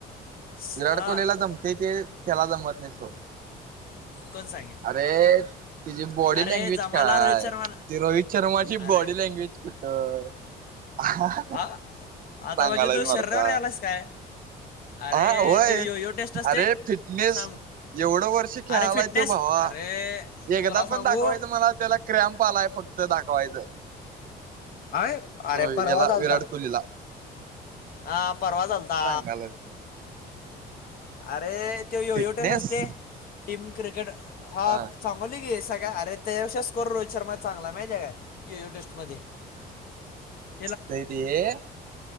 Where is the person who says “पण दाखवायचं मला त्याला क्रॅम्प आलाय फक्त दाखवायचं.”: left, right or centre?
Right